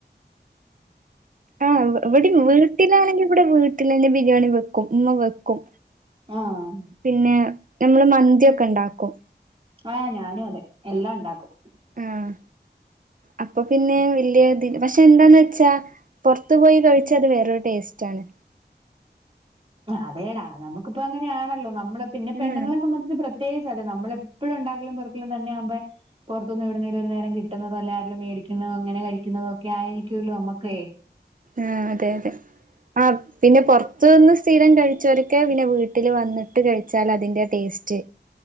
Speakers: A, on the right; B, on the right.
A: ഉം ഇവിടെ വീട്ടിലാണെങ്കി ഇവിടെ വീട്ടിലെന്നെ ബിരിയാണി വെക്കും ഉമ്മ വെക്കും
B: ആഹ്
A: പിന്നെ നമ്മള് മന്തിയൊക്കെ ഉണ്ടാക്കും
B: ആഹ് ഞാനും അതെ എല്ലാം ഉണ്ടാക്കും
A: ആഹ് അപ്പൊ പിന്നെ വല്യ തി പക്ഷെ എന്താന്നച്ചാ പുറത്തു പോയി കഴിച്ചാത് വേറൊരു ടേസ്റ്റാണ്
B: അതേടാ നമുക്കിപ്പൊ അങ്ങനെയാണല്ലോ നമ്മള് പിന്നെ പെണ്ണുങ്ങളെ
A: ആഹ്
B: സംബന്ധിച്ച് പ്ര പ്രത്യേകിച്ച് അതെ നമ്മളെപ്പോഴും ഉണ്ടാക്കലും പെറുക്കലും തന്നെ ആകുമ്പോ പുറത്തുന്ന് ഇവിടുന്നേലും ഒരു നേരം കിട്ടുന്നതോ അല്ല ആരേലും മേടിക്കുന്നതോ അങ്ങനെ കഴിക്കുന്നതോ ഒക്കെയിരിക്കൂലോ നമ്മുക്കേ
A: ആഹ് അതെ അതെ അഹ് പിന്നെ പുറത്തു നിന്ന് സ്ഥിരം കഴിച്ചവരക്കെ പിന്നെ വീട്ടിൽ വന്നിട്ട് കഴിച്ചാൽ അതിന്റെ ടേസ്റ്റ്